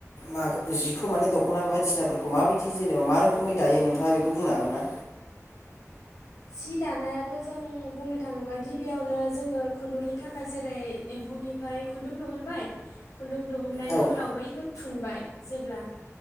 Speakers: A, on the left; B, on the left.
A: माखो जिखौ माने दख'ना बायदिसिनाफोरखौ माबायदि जेनेबा मा रोखोमै दायो नोंथाङा बेखौ बुंनो हागोन ना?
B: जि दानायाथ' जों बुंनो थाङोबा गिबियावनो जोङो खुन्दुंनि थाखाय जेरै एम्फौनिफ्राय खुन्दुं दिहुनबाय खुन्दुं दिुहुननायनि
A: औ
B: उनाव बैखौ थुनबाय जेब्ला